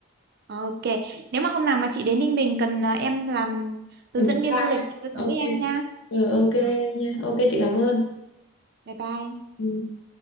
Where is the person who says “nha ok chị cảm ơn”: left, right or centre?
Left